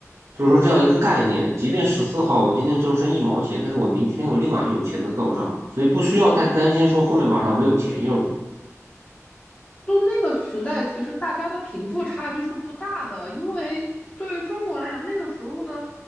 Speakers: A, on the right; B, on the left.
A: 就是说这样一个概念，即便十四号我今天只有剩一毛钱，但是我明天我立马就有钱能到账，所以不需要太担心说后面马上没有钱用
B: 就那个时代，其实大家的贫富差距是不大的，因为对于中国来讲，那个时候的